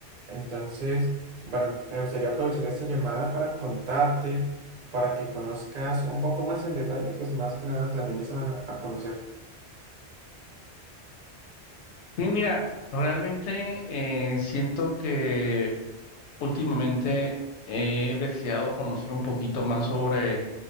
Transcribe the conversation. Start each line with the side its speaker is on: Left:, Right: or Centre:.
Right: Entonces, bueno, me gustaría aprovechar esta llamada para contarte, para que conozcas un poco más en detalle, pues más que nada te animes a a conocer.
Left: Sí, mira, realmente eh, siento que últimamente he deseado conocer un poquito más sobre